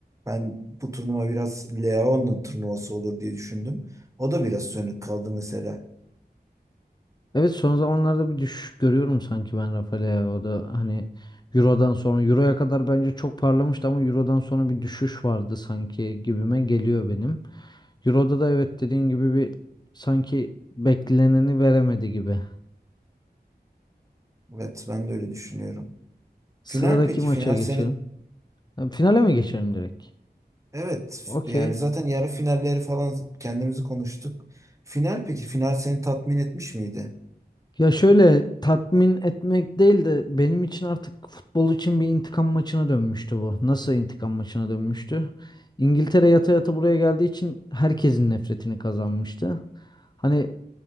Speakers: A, on the right; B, on the left.
A: Ben bu turnuva biraz Leao'nun turnuvası olur diye düşündüm. O da biraz sönük kaldı mesela.
B: Evet son zamanlarda bir düşüş görüyorum sanki ben Rafael'e o da hani Euro'dan sonra Euro'ya kadar bence çok parlamıştı ama Euro'dan sonra bir düşüş vardı sanki gibime geliyor benim. Euro'da da evet dediğin gibi bir sanki bekleneni veremedi gibi.
A: Evet ben de öyle düşünüyorum.
B: Sıradaki
A: Final peki?
B: maça
A: Final
B: geçelim.
A: seni
B: Ha, Finale mi geçelim direkt?
A: Evet
B: Okey.
A: yani zaten yarı finalleri falan kendimizi konuştuk. Final peki final seni tatmin etmiş miydi?
B: Ya şöyle tatmin etmek değil de benim için artık futbol için bir intikam maçına dönmüştü bu. Nasıl intikam maçına dönmüştü? İngiltere yata yata buraya geldiği için herkesin nefretini kazanmıştı. Hani